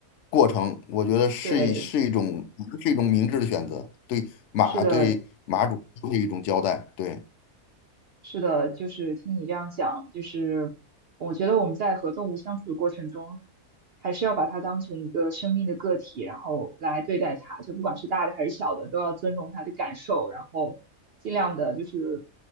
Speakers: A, on the left (about 60°); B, on the right (about 60°).
A: 过程，我觉得是一是一种是一种明智的选择，
B: 对，
A: 对马对马主都是一种交代。
B: 是的，
A: 对，
B: 是的，就是听你这样讲，就是我觉得我们在和动物相处的过程中，还是要把它当成一个生命的个体，然后来对待它，就不管是大的还是小的，都要尊重它的感受，然后尽量的就是